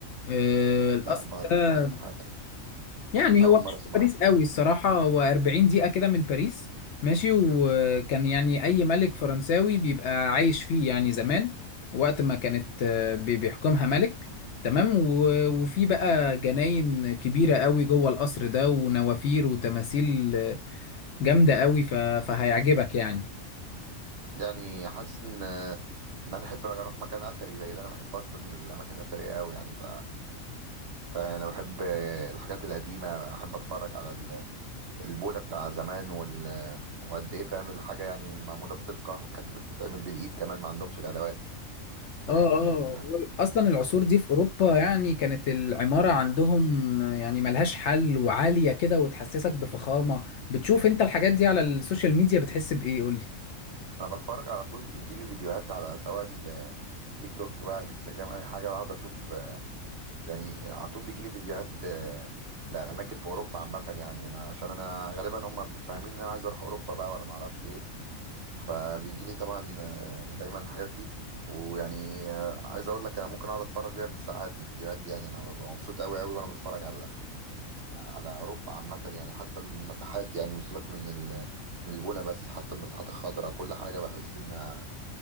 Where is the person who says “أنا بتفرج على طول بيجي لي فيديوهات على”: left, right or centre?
Right